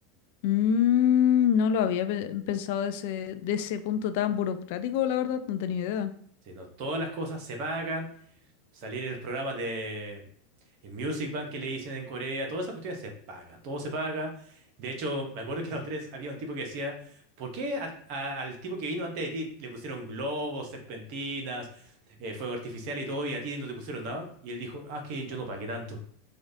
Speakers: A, on the left (about 60°); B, on the right (about 55°).
A: Mm, no lo había pe- pensado de ese, de ese punto tan burocrático, la verdad, no tenía idea.
B: Sí, no, todas las cosas se pagan, Salir en los programas de en Music Bank que le dicen en Corea, todas esas cuestiones se paga, todo se paga. De hecho, me acuerdo que los tres había un tipo que decía, ¿por qué a- a- al tipo que vino antes de ti le pusieron globos, serpentinas, eh, fuego artificial y todo, y a ti no te pusieron nada? Y él dijo, ah, es que yo no pagué tanto,